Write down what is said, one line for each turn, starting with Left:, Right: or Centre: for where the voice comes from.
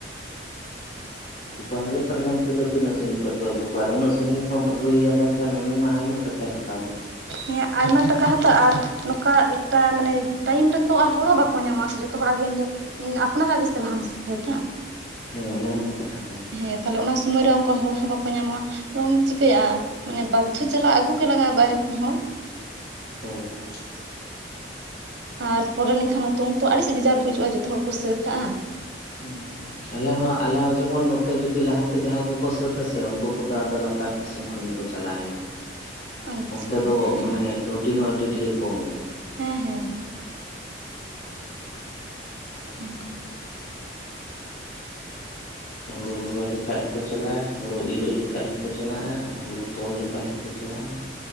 Left: ᱟᱫᱚ ᱵᱟᱦᱨᱮ ᱠᱷᱚᱡ ᱢᱮᱱᱛᱮᱫᱚ ᱛᱤᱱᱟᱹᱜ ᱥᱟᱹᱜᱤᱧ ᱠᱷᱚᱡ ᱯᱮ ᱟᱹᱜᱩ ᱠᱚᱣᱟ ᱟᱨ ᱩᱱᱟᱹᱜ ᱥᱟᱸᱜᱤᱧ ᱠᱷᱚᱢ ᱮᱢ ᱟᱹᱜᱩᱭᱭᱟ ᱢᱮᱱᱠᱷᱟᱱ ᱩᱱᱤ ᱢᱟ ᱟᱭᱢᱟ ᱴᱟ ᱠᱟᱭ ᱦᱟᱛᱟᱣ ᱫᱚ᱾
Right: ᱦᱮᱸ ᱟᱭᱢᱟ ᱴᱟᱠᱟ ᱦᱟᱛᱟᱣ ᱟᱨ᱾ ᱱᱚᱠᱟ ᱴᱟ ᱢᱟᱱᱮ ᱴᱟᱭᱤᱢ ᱨᱮᱛᱚ ᱟᱨ ᱦᱚᱲ ᱦᱚ ᱵᱟᱠᱚ ᱧᱟᱢᱚᱜ-ᱟ ᱥᱮ ᱡᱚᱛᱚ ᱦᱚᱲᱟᱜ ᱜᱮ ᱩᱱᱫᱚ᱾ ᱟᱯᱱᱟᱨᱟᱜ ᱜᱮᱥᱮ ᱞᱟᱦᱟᱢ ᱥᱟᱹᱛᱟ
Left: ᱦᱮᱸ ᱚᱱᱟ ᱢᱟ ᱠᱟᱛᱷᱟ ᱠᱟᱱ ᱜᱮ
Right: ᱦᱮᱸ᱾ ᱛᱟᱦᱞᱮ ᱚᱱᱟ ᱥᱩᱢᱟᱹᱭ ᱨᱮ ᱚᱝᱠᱟ ᱦᱚᱲ ᱦᱚᱸ ᱵᱟᱠᱚ ᱧᱟᱢᱚᱜ-ᱟ ᱟᱫᱚᱢ ᱪᱤᱠᱟᱹᱭᱟ ᱢᱟᱱᱮ ᱵᱟᱫᱽᱫᱷᱚ ᱡᱟᱞᱟ ᱟᱜᱩ ᱜᱮ ᱞᱟᱜᱟᱜ-ᱟ ᱵᱟᱭᱨᱮ ᱠᱷᱚᱱ ᱦᱚᱲ᱾
Left: <unintelligible>
Right: ᱟᱨ ᱯᱚᱨᱮ ᱞᱮᱱᱠᱷᱟᱱ ᱦᱚᱸᱛᱚ ᱩᱱᱛᱚ ᱟᱲᱤᱥ ᱵᱮᱡᱟᱨ ᱵᱩᱡᱩᱜ-ᱟ ᱡᱚᱛᱚ ᱦᱚᱲ ᱠᱚ ᱥᱟᱹᱛ ᱠᱟᱜ-ᱟ᱾
Left: <unintelligible> ᱟᱞᱮ ᱦᱚᱸ ᱟᱞᱮ ᱦᱚᱸ ᱡᱮᱢᱚᱱ ᱱᱚ ᱛᱮ ᱡᱩᱫᱤ ᱞᱟᱦᱟᱛᱮ ᱡᱟᱦᱟᱸᱭ ᱠᱚᱠᱚ ᱥᱟᱹᱛ-ᱟ ᱥᱮ ᱩᱱᱠᱩ ᱠᱚᱫᱚ ᱟᱫᱚ ᱞᱟᱛᱟᱨ ᱫᱤᱥᱚᱢ ᱠᱟᱹᱢᱤ ᱠᱚ ᱪᱟᱞᱟᱣᱮᱱ ᱜᱮ᱾
Right: ᱟᱪᱪᱷᱟ
Left: ᱚᱱᱛᱮ ᱫᱚ
Right: ᱦᱮᱸ
Left: ᱢᱟᱱᱮ
Right: ᱦᱮᱸ
Left: ᱠᱟᱹᱣᱰᱤ ᱦᱚᱸ ᱟᱹᱰᱤ ᱰᱷᱮᱨ ᱠᱚ ᱮᱢᱚᱜ-ᱟ᱾
Right: ᱦᱮᱸ ᱦᱮᱸ ᱦᱮᱸ᱾ ᱚᱱᱠᱟ᱾
Left: ᱦᱩᱲᱩ ᱨᱚᱦᱚᱭ ᱡᱚᱠᱷᱟᱡ ᱦᱚᱸᱠᱚ ᱪᱟᱞᱟᱜ-ᱟ ᱦᱳᱲᱳ ᱤᱨᱚᱜ ᱡᱚᱠᱷᱟᱡ ᱦᱚᱸᱠᱚ ᱪᱟᱞᱟᱜ-ᱟ ᱦᱳᱲᱳ ᱛᱚᱞ ᱡᱚᱠᱷᱟᱡ ᱦᱚᱠᱚ ᱪᱟᱞᱟᱜ-ᱟ᱾